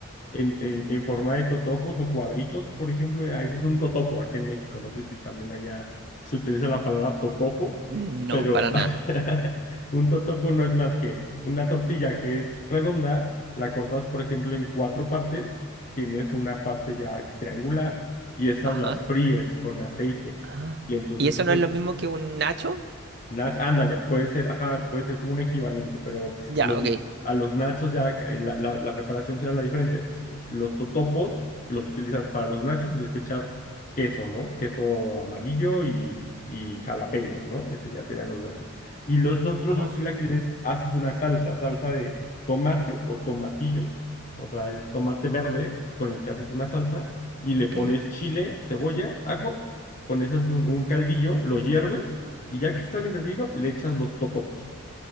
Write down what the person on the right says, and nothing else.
No,
para nada.
Ajá.
Ah.
¿Y eso
no es lo mismo que un nacho?
Ya,
ok.
Oh,
ok,